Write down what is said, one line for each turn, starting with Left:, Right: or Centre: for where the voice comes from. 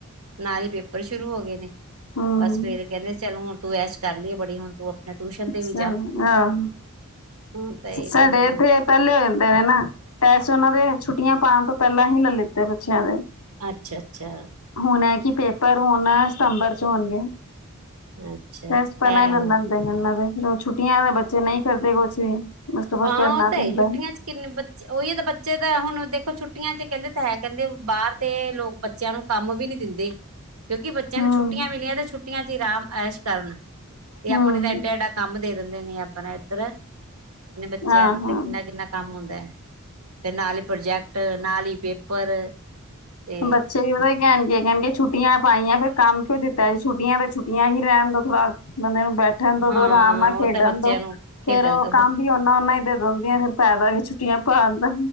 Right: ਨਾਲ ਹੀ ਪੇਪਰ ਸ਼ੁਰੂ ਹੋ ਗਏ ਨੇ।
Left: ਹਮ
Right: ਸਵੇਰੇ ਕਹਿੰਦੇ ਚਲ ਹੁਣ ਤੂੰ ਐਸ਼ ਕਰ ਲਈਏ ਬੜੀ ਹੁਣ ਤੂੰ ਆਪਣੇ ਟਿਊਸ਼ਨ ਤੇ
Left: ਚਲੋ
Right: ਵੀ ਜਾ।
Left: ਆਹੋ
Right: ਹੁਣ ਤਾਂ ਇਹ
Left: ਸਾਡੇ
Right: ਟਿਊਸ਼ਨ
Left: ਇੱਥੇ ਪਹਿਲੇ ਹੋ ਜਾਂਦੇ ਨੇ ਨਾ ਟੈਕਸ ਉਹਨਾਂ ਦੇ ਛੁੱਟੀਆਂ ਪਾਉਣ ਤੋਂ ਪਹਿਲਾਂ ਹੀ ਲੈ ਲਿੱਤੇ ਬੱਚਿਆਂ ਦੇ।
Right: ਅੱਛਾ ਅੱਛਾ
Left: ਹੁਣ ਹੈ ਕਿ ਪੇਪਰ ਹੁਣ ਸਤੰਬਰ ਚ ਹੋਣਗੇ।
Right: ਅੱਛਾ ਅੱਛਾ
Left: ਟੈਸਟ ਪਹਿਲਾਂ
Right: ਹੈ
Left: ਹੀ ਲੈ
Right: ਹੁਣ
Left: ਲੈਂਦੇ ਨੇ ਇਹਨਾਂ ਦੇ ਫਿਰ ਛੁੱਟੀਆਂ ਦੇ ਬੱਚੇ ਨਹੀਂ ਕਰਦੇ ਕੁਛ ਵੀ। ਉਸ ਤੋਂ ਬਾਅਦ
Right: ਹਾਂ
Left: ਕਰਨਾ
Right: ਉਹ ਤਾਂ
Left: ਤੇ
Right: ਹੈ
Left: ਹੁੰਦਾ
Right: ਛੁੱਟੀਆਂ ਚ। ਕਿੰਨੇ ਬੱਚੇ ਉਹੀ ਤਾਂ ਬੱਚੇ ਤਾਂ ਹੁਣ ਦੇਖੋ ਛੁੱਟੀਆਂ ਚ ਕਹਿੰਦੇ ਤਾਂ ਹੈ ਕਹਿੰਦੇ ਬਾਹਰ ਤੇ ਲੋਕ ਬੇ ਬੱਚਿਆਂ ਨੂੰ ਕੰਮ ਵੀ ਨੀ ਦਿੰਦੇ ਕਿਉਂਕਿ ਬੱਚਿਆਂ
Left: ਹੂੰ
Right: ਨੂੰ ਛੁੱਟੀਆਂ ਮਿਲੀਆਂ ਤੇ ਛੁੱ ਛੁੱਟੀਆਂ ਚ ਹੀ ਆਰਾਮ ਐਸ਼ ਕਰਨ ਤੇ
Left: ਹੂੰ
Right: ਆਪਣੇ ਤਾਂ ਇਧਰ ਐਡਾ ਐਡਾ ਕੰਮ ਦੇ ਦਿੰਦੇ ਨੇ ਆਪਣਾ ਇੱਧਰ। ਤੇ ਬੱਚਿਆਂ
Left: ਹਾਂ ਹਾਂ
Right: ਤੇ ਕਿੰਨਾ ਕਿੰਨਾ ਕੰਮ ਹੁੰਦਾ ਹੈ। ਤੇ ਨਾਲ ਹੀ ਪ੍ਰੋਜੈਕਟ ਨਾਲ ਹੀ ਪੇਪਰ। ਤੇ
Left: ਬੱਚੇ ਵੀ ਉਹਦੇ ਹੀ ਕਹਿਣ ਕਹਿਣ ਕੇ ਛੁਟਿਆ ਪਾਈਆਂ, ਫਿਰ ਕੰਮ ਕਿਉਂ ਦਿੱਤਾ ਏ, ਛੁੱਟੀਆਂ ਫਿਰ ਛੁੱਟਿਆਂ ਹੀ ਰਹਿਣ ਦੋ, ਥੋੜ੍ਹਾ ਬੰਦੇ ਨੂੰ ਬੈਠਣ ਤਾ
Right: ਹਾਂ
Left: ਦੋ, ਆਰਾਮ ਨਾਲ ਖੇਡਣ
Right: ਉਹ ਤਾਂ ਬੱਚਿਆਂ
Left: ਦੋ,
Right: ਨੂੰ
Left: ਫੇਰ
Right: ਖੇਡਣ
Left: ਉਹ
Right: ਦਾ
Left: ਕੰਮ ਵੀ ਹੁਣ ਉਹਨਾ ਹੀ ਦੇ ਦਿੰਦੀਆਂ, ਫਿਰ ਫੈਦਾ ਕੀ, ਛੱਟੀਆਂ ਪਾਉਣ ਦਾ